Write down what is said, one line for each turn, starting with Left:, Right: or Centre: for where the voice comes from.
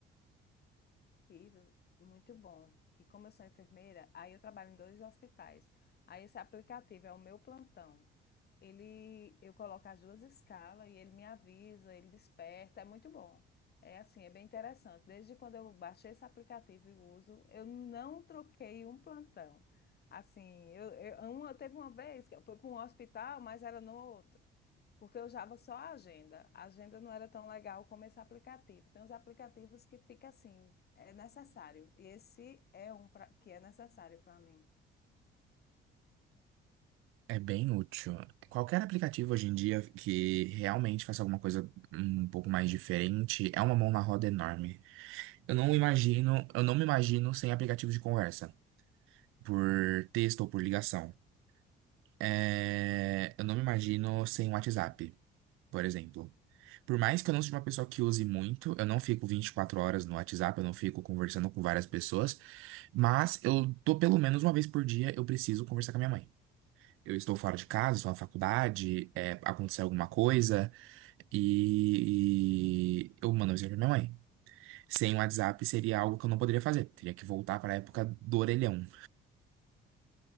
Left: ativos, muito bom. Que como eu sou enfermeira, aí eu trabalho em dois hospitais. Aí esse aplicativo é o meu plantão. Ele, eu coloco as duas escalas e ele me avisa, ele desperta, é muito bom. É assim, é bem interessante. Desde quando eu baixei esse aplicativo e uso, eu não troquei um plantão. Assim, eu, eu, uma, teve uma vez que eu fui para um hospital, mas era no outro. Porque eu usava só a agenda. A agenda não era tão legal como esse aplicativo. Tem uns aplicativos que fica assim, é necessário. E esse é um pra- que é necessário para mim.
Right: É bem útil. Qualquer aplicativo hoje em dia que realmente faça alguma coisa um pouco mais diferente é uma mão na roda enorme. Eu não imagino, eu não me imagino sem aplicativo de conversa, por texto ou por ligação. É, eu não me imagino sem WhatsApp, por exemplo. Por mais que eu não seja uma pessoa que use muito, eu não fico 24 horas no WhatsApp, eu não fico conversando com várias pessoas, mas eu tô pelo menos uma vez por dia, eu preciso conversar com a minha mãe eu estou fora de casa, estou na faculdade, é, aconteceu alguma coisa, e eu mando um mensagem pra minha mãe. Sem o WhatsApp seria algo que eu não poderia fazer, teria que voltar para a época do orelhão.